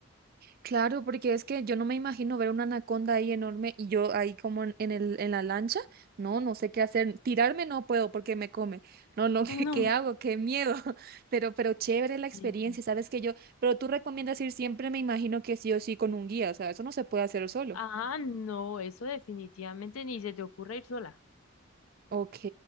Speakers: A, on the right; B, on the left.
A: claro, porque es que yo no me imagino ver una anaconda ahí enorme y yo ahí como en, en el, en la lancha. No, no sé qué hacer. Tirarme no puedo porque me come. No, no, <laughs> ¿qué,
B: no,
A: qué hago? Qué miedo. <laughs> Pero, pero chévere la experiencia,
B: sí,
A: ¿sabes que yo? Pero tú recomiendas ir siempre, me imagino que sí o sí con un guía, o sea, eso no se puede hacer solo.
B: ah no, eso definitivamente ni se te ocurre ir sola,
A: Ok.